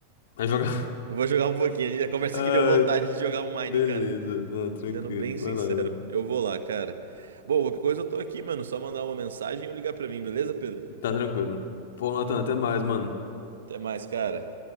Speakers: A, on the left; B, on the right.
A: Mas joga. <laughs>
B: Eu vou jogar um pouquinho, a gente- a conversa
A: Ah,
B: aqui deu vontade de jogar um Mine,
A: beleza,
B: cara.
A: não, tranquilo,
B: Sendo bem sincero,
A: vai lá, velho.
B: eu vou lá, cara. Bom, qualquer coisa eu tô aqui, mano. Só mandar uma mensagem ou ligar pra mim, beleza, Pedro?
A: Tá tranquilo. Pô, Nathan, até mais, mano.
B: Até mais, cara.